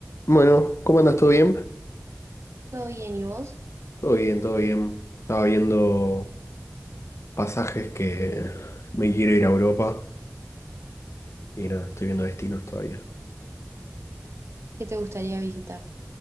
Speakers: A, on the left (about 65°); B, on the right (about 60°).
A: Bueno, ¿cómo andas? ¿Todo bien?
B: Todo bien, ¿y vos?
A: Todo bien, todo bien. Estaba viendo pasajes que me quiero ir a Europa y nada, estoy viendo destinos todavía.
B: ¿Qué te gustaría visitar?